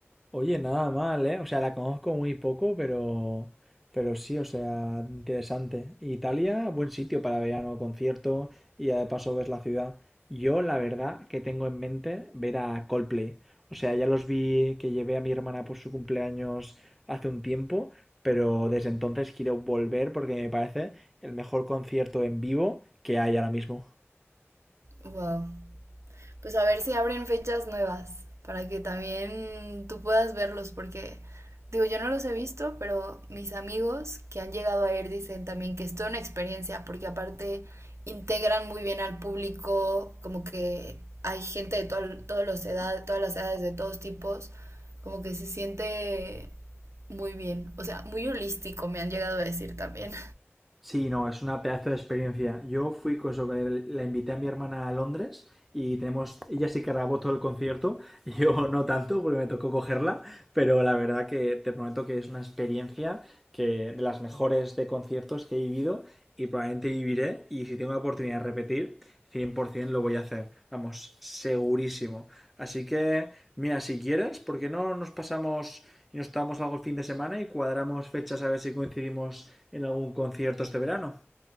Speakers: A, in the centre; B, on the right.
A: Oye, nada mal, ¿eh? O sea, la conozco muy poco, pero, pero sí, o sea, interesante. Italia, buen sitio para verano, concierto y ya de paso ves la ciudad. Yo, la verdad, que tengo en mente ver a Coldplay. O sea, ya los vi que llevé a mi hermana por su cumpleaños hace un tiempo, pero desde entonces quiero volver porque me parece el mejor concierto en vivo que hay ahora mismo.
B: Wow. pues a ver si abren fechas nuevas para que también tú puedas verlos, porque digo, yo no los he visto, pero mis amigos que han llegado a ir dicen también que es toda una experiencia, porque aparte integran muy bien al público, como que hay gente de todas todos los edad, todas las edades, de todos tipos, como que se siente muy bien, o sea, muy holístico, me han llegado a decir también.
A: Sí, no, es una pedazo de experiencia. Yo fui con eso, eh, la invité a mi hermana a Londres y tenemos, ella sí que grabó todo el concierto, <laughs> yo no tanto porque me tocó cogerla, pero la verdad que te prometo que es una experiencia que de las mejores de conciertos que he vivido y probablemente viviré y si tengo la oportunidad de repetir, 100% lo voy a hacer, vamos, segurísimo. Así que, mira, si quieres, ¿por qué no nos pasamos y nos tomamos algo el fin de semana y cuadramos fechas a ver si coincidimos en algún concierto este verano.